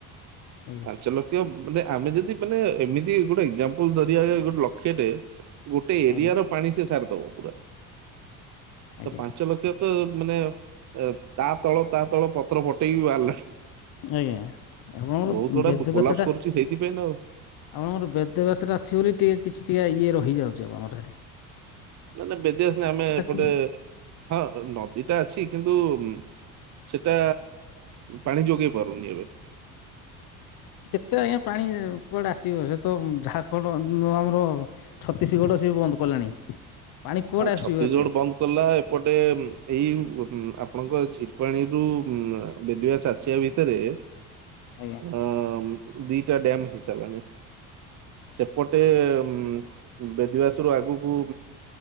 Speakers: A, on the left; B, on the right.
A: <inaudible>
B: ପାଞ୍ଚ ଲକ୍ଷ ମାନେ ଆମେ ଯଦି ମାନେ ଏମିତି ଗୋଟେ ଏକ୍ଜାମ୍ପଲ ଧରିବା ଗୋଟେ ଲକ୍ଷଟେ ଗୋଟେ ଏରିଆ
A: ଆଜ୍ଞା
B: ର ପାଣି ସେ ସାରିଦବ ପୁରା।
A: ଆଜ୍ଞା
B: ତ ପାଞ୍ଚ ଲକ୍ଷ ତ ମାନେ ତା ତଳ ତା ତଳ ପତ୍ର ପଟେଇକି ବାହାରିଲା
A: ଆଜ୍ଞା। ଆପଣଙ୍କର
B: ବହୁତ ଗୁଡା
A: ବେଦବ୍ୟାସ
B: କୋଲାପସ
A: ଟା
B: କରୁଛି ସେଇଥିପାଇଁ ଆଉ।
A: ଆପଣଙ୍କର ବେଦ୍ୟ ବ୍ୟାସରେ ଅଛି ବୋଲି ଟିକେ କିଛି ଟିକେ ଇଏ ରହିଯାଉଛି ଆପଣଙ୍କର ହେଠି
B: ନା ନାଇଁ ବେଦୀ ଆସନି ଆମେ ଏପଟେ
A: ବୋଲି
B: ହଁ ନଦୀ ଟା ଅଛି କିନ୍ତୁ ସେଟା ପାଣି ଯୋଗେଇ ପାରୁନି ଏବେ।
A: କେତେ ଆଜ୍ଞା ପାଣି କୁଆଡେ ଆସିବ ସେ ତ ଝାରଖଣ୍ଡ ଯୋଉ ଆମର ଛତିଶଗଡ ସଏ ବନ୍ଦ କଲାଣି ପାଣି କୁଆଡେ
B: ହଁ
A: ଆସିବ
B: ଛତିଶଗଡ଼
A: ଏତେ
B: ବନ୍ଦ କଲା ଏପଟେ ଏଇ ଆପଣଙ୍କ ଝିର୍ ପାାଣିରୁୁ ବେଦିବାସ ଆସିବା ଭି ତେରେ ଅ
A: ଆଜ୍ଞା
B: ଦିଟା ଡ୍ୟମ୍ ହେଇସାରିଲାଣି। ସେପଟେ ଗୋଟେ ଉ ବେଦିବାସରୁ ଆଗକୁ